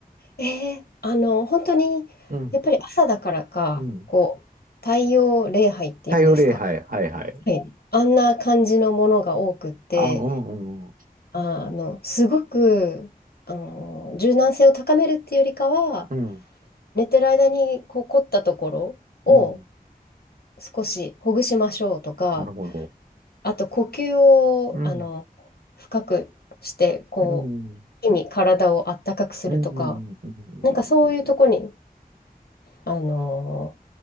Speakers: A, on the left; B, on the right.
A: えーあの、本当に、
B: うん。
A: やっぱり朝だからか、
B: うん。
A: こう、太陽礼拝っていうんですか。
B: 太陽礼拝。はいはい。
A: はい。あんな感じのものが多くって、
B: あ、うんうんうん。
A: あの、すごく、あの、柔軟性を高めるっていうよりかは、
B: うん。
A: 寝てる間に、こう、凝ったところを
B: うん。
A: 少しほぐしましょうとか、
B: なるほど。
A: あと、呼吸を、
B: うん。
A: あの、深くして、こう、
B: うん。うん。
A: 一気に体をあったかくするとか、
B: うん。うんうん
A: なんかそういうとこにあの